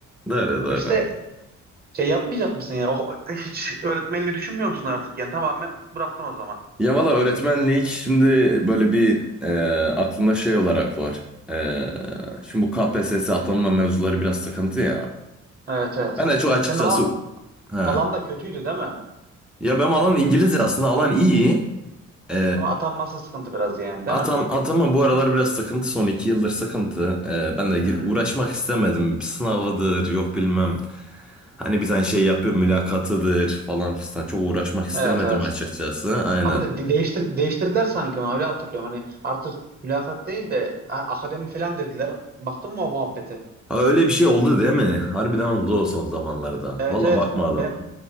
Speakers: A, in the centre; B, on the right.
A: Doğru,
B: Ama
A: doğru.
B: işte şey yapmayacak mısın ya? O, hiç öğretmenliği düşünmüyor musun artık yani? Tamamen bıraktın o zaman.
A: Ya valla öğretmenlik şimdi böyle bir e, aklımda şey olarak var. E, şimdi bu KPSS atanma mevzuları biraz sıkıntı ya.
B: Evet evet.
A: Ben de çok açıkçası...
B: Senin alan,
A: Ha.
B: alan da kötüydü değil mi?
A: Ya benim alan İngilizce aslında alan iyi. E,
B: Ama atanması sıkıntı biraz yani değil
A: Atan,
B: mi?
A: atama bu aralar biraz sıkıntı son iki yıldır sıkıntı. Ee, ben de gir-
B: Hmm.
A: uğraşmak istemedim. Sınavıdır yok bilmem. Hani bir tane şey yapıyor mülakatıdır falan fistan. Çok uğraşmak istemedim
B: Evet evet.
A: açıkçası. Aynen.
B: Ama de- değiştir değiştirdiler sanki onu öyle hatırlıyorum. Hani artık mülakat değil de a- akademi falan dediler. Baktın mı o muhabbete?
A: Ha, öyle bir şey oldu değil mi? Harbiden oldu o son zamanlarda.
B: Evet
A: Valla
B: evet.
A: bakmadım.
B: Benim,